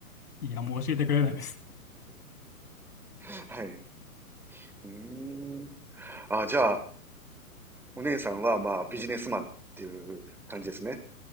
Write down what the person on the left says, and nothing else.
いや、もう教えてくれないです。